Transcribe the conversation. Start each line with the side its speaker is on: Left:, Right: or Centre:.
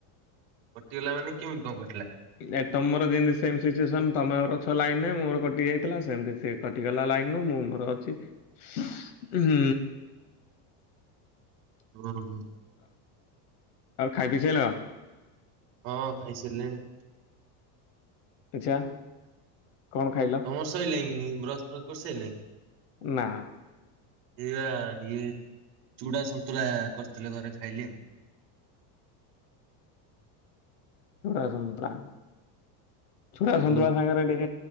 Right: କଟିଗଲା ମାନେ କେମିତି କଣ କଟିଲା?
Left: ଆ ତମର ଯେମିତି ସେମ ସିଚୁଏସନ ତମର ଅଛ ଲାଇନ ନେ ମୋର କଟି ଯାଇଥିଲା ସେମିତି। କଟିଗଲା ଲାଇନୁ ମୁଁ ମୋର ଅଛି ହୁଁ।
Right: ଓହୋ।
Left: ଆଉ ଖାଇ ପିଇ ସାଇଲା।
Right: ହଁ ଖାଇ ସାରିଲିଣି।
Left: ଆଛା କଣ ଖାଇଲ?
Right: ତମର ସଇଲାଣି ବ୍ରସ ଫ୍ରାସ କରି ସାଇଲଣି?
Left: ନା।
Right: ଏଇଆ ଇଏ ଚୁଡା ସନ୍ତୁଳା କରିଥିଲେ ଘରେ ଖାଇଲେ ଆଉ।
Left: ଚୁଡ଼ା ସନ୍ତୁଳା ଚୁଡ଼ା
Right: ହ୍ୟାଲୋ
Left: ସୁନ୍ତୁଳା ସାଙ୍ଗ ରେ ଡେ